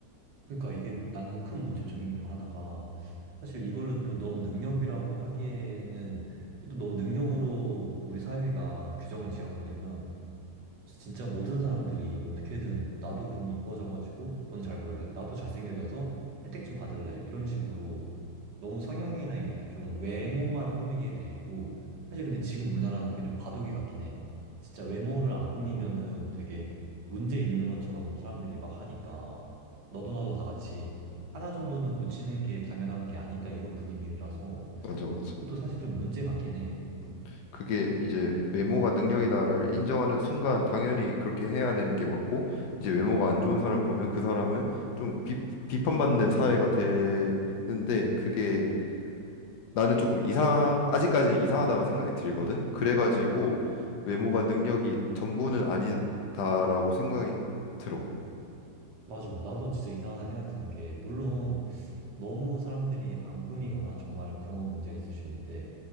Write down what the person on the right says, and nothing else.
그러니까 이게 나는 큰 문제점인 중 하나가 사실 이거를 또 너무 능력이라고 하기에는 또 너무 능력으로 우리 사회가 규정을 지어버리면 그래서 진짜 모든 사람들이 어떻게든 나도 그럼 이뻐져가지고 돈 잘 벌래. 나도 잘생겨져서 혜택 좀 받을래. 이런 식으로 너무 성형이나 이렇게 좀 외모만 꾸미게 되고 사실 근데 지금 우리나라는 그게 좀 과도기 같긴 해. 진짜 외모를 안 꾸미면은 되게 문제 있는 것처럼 사람들이 막 하니까 너도 나도 다 같이 하나 정도는 고치는 게 당연한 게 아닌가 이런 분위기라서
그것도 사실 좀 문제 같긴 해.
맞아. 나도 진짜 이상하다 생각 드는 게 물론 너무 사람들이 안 꾸미거나 정말 그런 건 문제가 있을 수 있는데